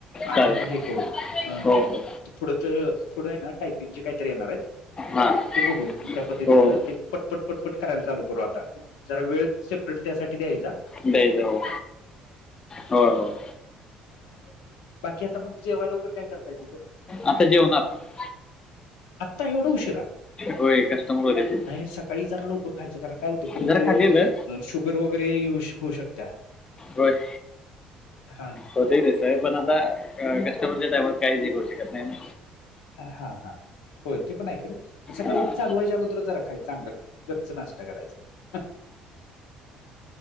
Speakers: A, on the left (about 90°); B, on the left (about 30°).
A: आणि
B: चालेल
A: हे करू अ
B: हो हो
A: ते पुढं त पुढं हाय ना टायपिंग कायतरी येणार आहेत.
B: हां
A: ते बघू म त्या पद्धतीन
B: हो
A: ते पटपट पटपट करायला चालू करू आता. जरा वेळ सेपरेट त्यासाठी द्यायचा.
B: दयायचा हो हो हो हो
A: हा बाकी आता मग जेवायला वगैरे काय करताय तिथ
B: आता जेवणात
A: आत्ता एवढा उशिरा
B: होय कस्टमर होते ते
A: नाही सकाळी जरा लवकर खायचं कारण काय होतंय परत
B: जरा
A: अ
B: खाली आलं
A: शुगर वगैरे ये होऊ शकत्या.
B: होय.
A: हा
B: होतय तसा पण आता कस्टमरच्या टाईमात काहीचं हे करू शकत नाय ना
A: हा हा हा होय ते पण हाय खरं सकाळी
B: हा.
A: चालू व्हायच्या अगोदरचं जरा खाय चांगलं गच्च नाश्ता करायचा हं